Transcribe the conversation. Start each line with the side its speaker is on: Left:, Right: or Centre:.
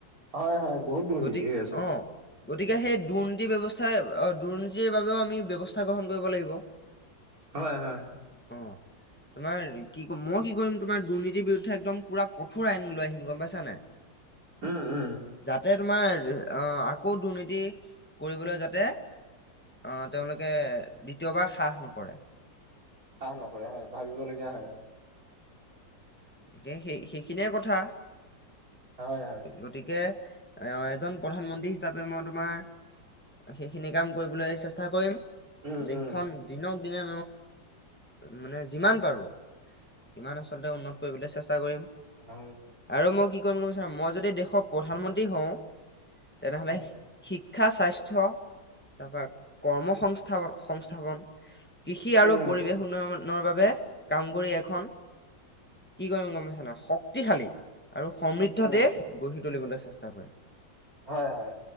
Right: হয়-হয়। বহুত দুৰ্নীতি
Centre: গতি
Right: হৈ আছে।
Centre: অ গতিকে সেই দুৰ্নীতি ব্যৱস্থাই অ', দুৰ্নীতিৰ বাবেও আমি ব্যৱস্থা গ্ৰহণ কৰিব লাগিব।
Right: হয়-হয়।
Centre: অ। তোমাৰ ই কি, মই কি কৰিম তোমাৰ দুৰ্নীতি বিৰুদ একদম পুৰা কঠোৰ আইন লৈ আহিম গম পাইছানে।
Right: উম উম
Centre: যাতে তোমাৰ, অ', আকৌ দুৰ্নীতি কৰিবলৈ যাতে অ', তেওঁলোক তেওঁলোকে দ্বিতীয়বাৰ সাহ নকৰে।
Right: হ, ন। <unintelligible> কৰে হয়, ভাবিবলগীয়া হয় অ।
Centre: সে-সে-সেইখিনিয়ে কথা।
Right: হয় হয়
Centre: গতিকে? এ অ, এজন প্ৰধানমন্ত্ৰী হিচাপে মই তোমাৰ, সেইখিনি কাম কৰিবলৈ চেষ্টা কৰিম।
Right: উম
Centre: দেশখন
Right: উম
Centre: দিনক দিনক মানে যিমান পাৰো সিমান আচলতে উন্নত। কৰিবলৈ চেষ্টা কৰিম
Right: হয়
Centre: আৰু মোৰ কি কৰিম জানানে মই যদি দেশৰ প্ৰধানমন্ত্ৰী হওঁ। তেনেহলে
Right: হয়
Centre: শিক শিক্ষা স্বাস্থ্য, তাৰপা কৰ্মসস্থা, সংস্থা-সংস্থাপন। কৃষি আৰু
Right: উম
Centre: পৰিৱেশ উন্নয়ন নৰ বাবে কাম কৰি এখন কি কৰিম গম পাইছা না শক্তিশালী। আৰু সমৃদ্ধ
Right: উম
Centre: দেহ গঢ়ি। তুলিবলৈ চেষ্টা কৰিম।
Right: হয়- হয়